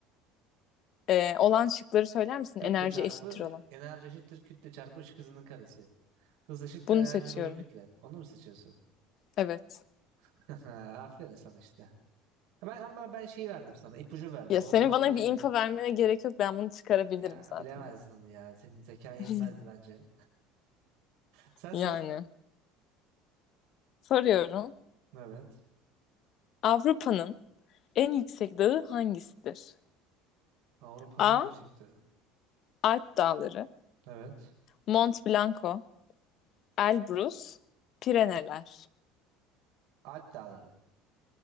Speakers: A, on the left; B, on the right.
A: E, olan şıkları söyler misin?
B: Kütle
A: Enerji
B: çarpı
A: eşittir olan.
B: enerji eşittir kütle çarpı ışık hızının karesi. Hız eşittir
A: Bunu
B: enerji
A: seçiyorum.
B: bölü kütle. Onu mu seçiyorsun?
A: Evet.
B: <laughs> Aferin sana işte. Ben, ama ben şeyi verdim sana. ipucu verdim.
A: Ya
B: Ondan
A: senin bana
B: dolayı
A: bir info
B: bildin.
A: vermene gerek yok. Ben bunu çıkarabilirim
B: Ya
A: zaten.
B: bilemezdin onu ya. Senin zekan yetmezdi
A: <laughs>
B: bence. Sen
A: Yani
B: sor.
A: soruyorum.
B: Evet.
A: Avrupa'nın en yüksek dağı hangisidir?
B: Avrupa'nın
A: A.
B: en yüksek dağı.
A: Alp Dağları,
B: Evet.
A: Mont Blanco, Elbrus, Pireneler.
B: Alp Dağları.